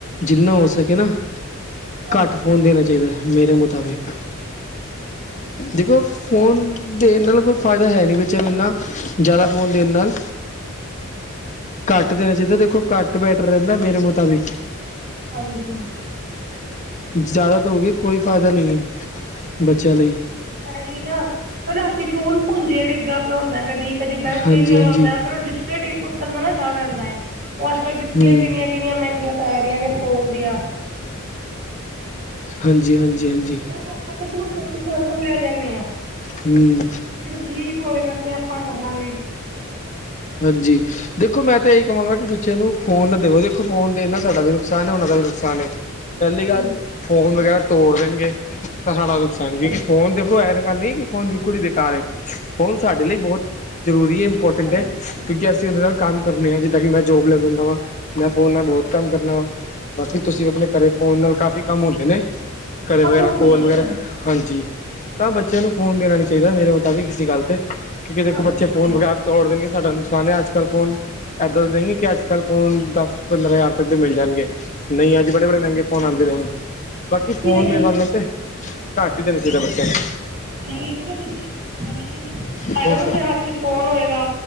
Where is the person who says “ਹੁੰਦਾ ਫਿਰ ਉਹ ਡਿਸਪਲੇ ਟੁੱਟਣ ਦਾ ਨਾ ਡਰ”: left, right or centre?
Right